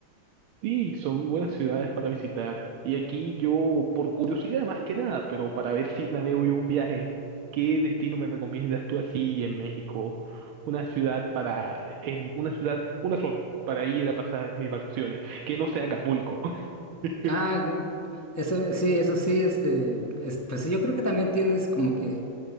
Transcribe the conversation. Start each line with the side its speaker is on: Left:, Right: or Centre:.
Right: Sí, son buenas ciudades para visitar. Y aquí yo, por curiosidad más que nada, pero para ver si planeo yo un viaje, ¿qué destino me recomiendas tú así en México? Una ciudad para, en una ciudad, una sola, para ir a pasar mis vacaciones, que no sea Acapulco. <laughs>
Left: Ah, g- eso sí, eso sí, este, es- pues sí, yo creo que también tienes como que